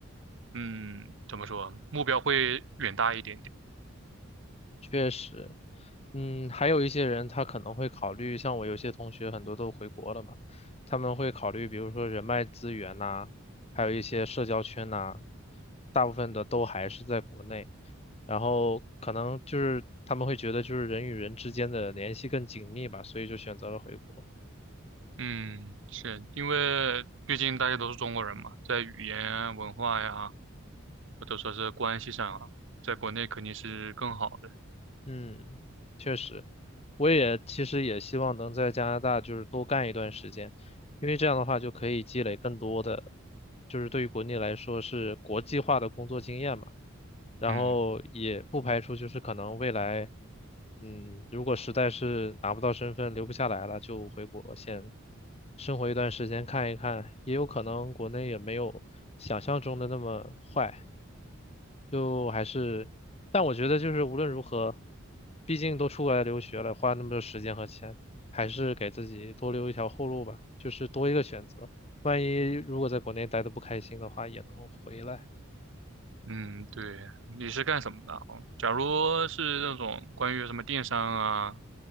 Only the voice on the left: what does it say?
确实，嗯，还有一些人他可能会考虑，像我有些同学很多都回国了嘛，他们会考虑，比如说人脉资源呐、还有一些社交圈呐、大部分的都还是在国内，然后可能就是他们会觉得就是人与人之间的联系更紧密吧，所以就选择了回国。
嗯，确实，我也其实也希望能在加拿大就是多干一段时间，因为这样的话就可以积累更多的，就是对于国内来说是国际化的工作经验嘛。然后也不排除就是可能未来，
嗯，如果实在是拿不到身份留不下来了，就回国先生活一段时间看一看，也有可能国内也没有想象中的那么坏。就还是，但我觉得就是无论如何，毕竟都出来留学了，花那么多时间和钱，还是给自己多留一条后路吧，就是多一个选择。万一如果在国内待的不开心的话，也能回来。